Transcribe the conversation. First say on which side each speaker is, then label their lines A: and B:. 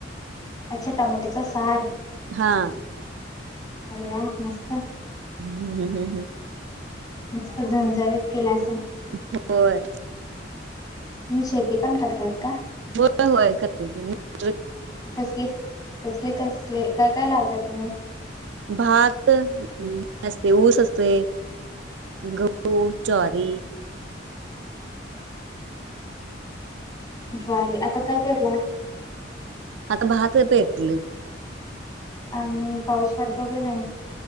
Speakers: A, on the left; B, on the right.
A: अच्छा टमॅटोचा सार
B: हा.
A: अरे वा मस्त.
B: हम् ह् हम् हम्म <unintelligible>
A: मस्त झणझणीत केल्या
B: होय.
A: मी शेती पण करतात का?
B: होय होय करते की
A: बसले कसले, कसले, काय काय लावता तुम्ही?
B: भात असते, ऊस असते, गहू, ज्वारी
A: बर आता काय परला <unintelligible>
B: आता भात प येतल <unintelligible>
A: आणि पाऊस पडतो की नाही?